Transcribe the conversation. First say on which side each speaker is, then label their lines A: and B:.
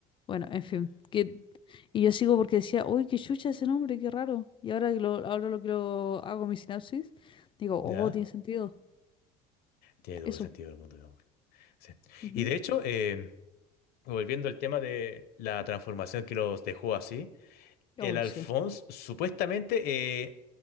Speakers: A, on the left (about 30°); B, on the left (about 65°).
A: Bueno, en fin. Que, y yo sigo porque decía, uy, qué chucha ese nombre, qué raro. Y ahora que lo, ahora lo que lo hago mi sinapsis, digo, oh,
B: ¿Ya?
A: tiene sentido.
B: Tiene todo
A: Eso.
B: el sentido del mundo, mi amor. Sí.
A: Ujú.
B: Y de hecho, em, volviendo al tema de la transformación que los dejó así.
A: Oh,
B: El
A: ese.
B: Alphonse supuestamente eh,